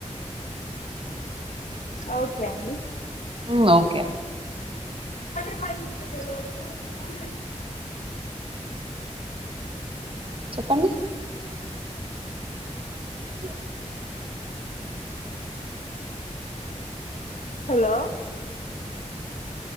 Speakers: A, on the left (about 85°); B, on the right (about 45°).
A: ఓకే అండి
B: మ్మ్ ఓకే
A: <unintelligible>
B: చెప్పండి హ్
A: హలో